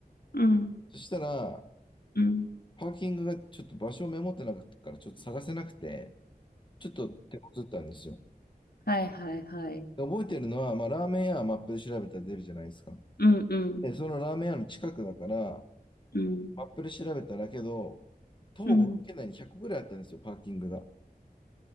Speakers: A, on the left (about 75°); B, on the left (about 30°).
A: うん。
B: そしたら、
A: うん。うん
B: パーキングがちょっと場所をメモってなかったから、ちょっと探せなくて、ちょっと手こずったんですよ。
A: はいはいはい。
B: で、覚えてるのは、まあ、ラーメン屋はマップで調べたら出るじゃないですか。
A: うんうん
B: で、そのラーメン屋の近くだから、
A: うん
B: マップで調べたらけど、徒歩5分圏内に100個ぐらいあったんですよ、
A: うん
B: パーキングが。